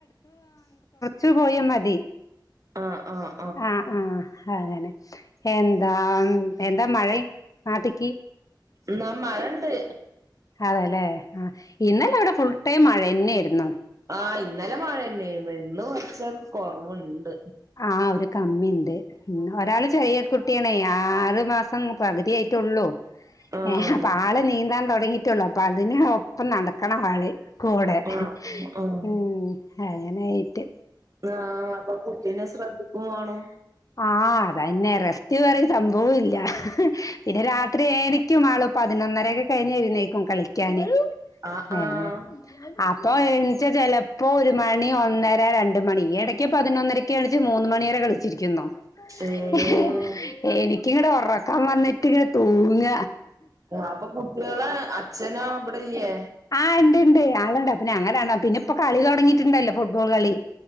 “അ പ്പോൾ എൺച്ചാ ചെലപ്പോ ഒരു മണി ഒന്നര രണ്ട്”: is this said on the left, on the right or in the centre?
Left